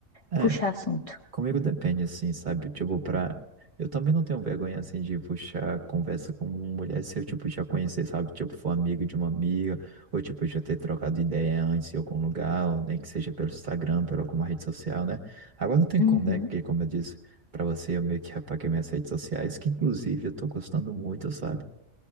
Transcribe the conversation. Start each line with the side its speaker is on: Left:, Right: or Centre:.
Right: É,
Left: puxar assunto.
Right: Comigo depende, assim, sabe? Tipo, pra. Eu também não tenho vergonha, assim, de puxar conversa com uma mulher se eu, tipo, já conhecer, sabe? Tipo, for amigo de uma amiga, ou, tipo, já ter trocado ideia antes em algum lugar, ou nem que seja pelo Instagram, pela alguma rede social, né? Agora não tem
Left: Uhum,
Right: como, né? Porque, como eu disse pra você, eu meio que apaguei minhas redes sociais, que, inclusive, eu tô gostando muito, sabe?